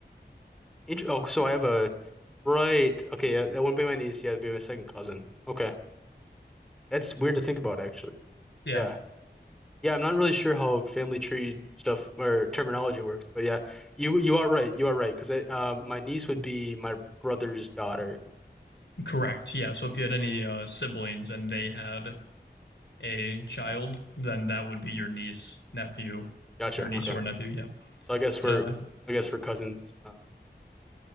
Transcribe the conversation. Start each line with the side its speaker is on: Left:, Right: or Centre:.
Centre: Int oh, so I have a right. Okay, yeah, that wouldn't be my niece. Yeah, it'd be my second cousin. Okay, that's weird to think about actually.
Left: Yeah,
Centre: Yeah, Yeah, I'm not really sure how family tree stuff or terminology works, but yeah, you you are right. You are right because um, my niece would be my brother's daughter.
Left: correct. Yeah, so if you had any uh siblings and they had a child, then that would be your niece, nephew,
Centre: Gotcha.
Left: or niece
Centre: Okay,
Left: or nephew, yeah.
Centre: so I guess we're
Left: But uh
Centre: I guess we're cousins. Um,